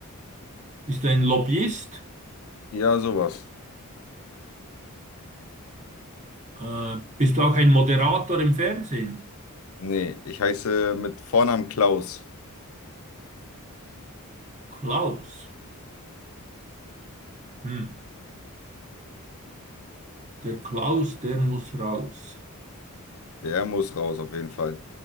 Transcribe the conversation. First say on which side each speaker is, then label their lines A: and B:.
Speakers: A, on the right; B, on the left.
A: Bist du ein Lobbyist?
B: Ja, sowas.
A: Äh, bist du auch ein Moderator im Fernsehen?
B: Nee, ich heiße mit Vornamen Klaus.
A: Klaus. Hm. Der Klaus, der muss raus.
B: Der muss raus, auf jeden Fall.